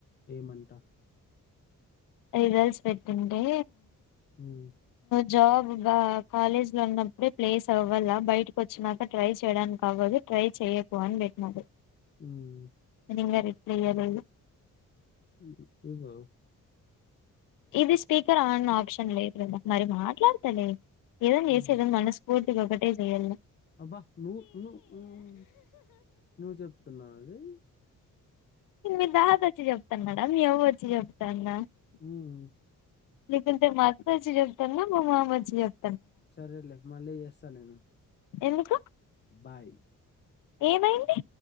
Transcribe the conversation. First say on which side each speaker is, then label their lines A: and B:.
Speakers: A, on the left; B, on the left.
A: ఏమంటా
B: రిజల్స్ పెట్టుండే
A: ఉమ్
B: జాబ్గా కాలేజ్ లో ఉన్నప్పుడే ప్లేస్ అవ్వాల బయటకు వచ్చినాక ట్రై చేయడానికి అవ్వదు ట్రై చేయకు అని బెట్టినాడు
A: ఉమ్
B: ఇంగ రిప్లే ఇయ్యలేదు
A: ఉమ్ హు ఏందో
B: ఇది స్పీకర్ ఆన్ ఆప్షన్ లేదు గదా మరి మాట్లాడతలే ఏదైనా
A: హ్మ్
B: చేసి ఏదైనా మనసు పూర్తిగా ఒకట్టే జేయాలా
A: అబ్బా నువ్ ను నువ్ నువ్ జెప్తున్నవా అది
B: మీ తాత వచ్చి జెప్తున్నడా మీ అవ్వ వచ్చి జెప్తుందా
A: ఉమ్
B: లేకుంటే మా అత్త వచ్చి జెప్తుందా మా మామ వచ్చి జెప్
A: సరేలే మళ్ళీ జేస్తా నేను
B: ఎందుకు
A: బాయ్
B: ఏమైంది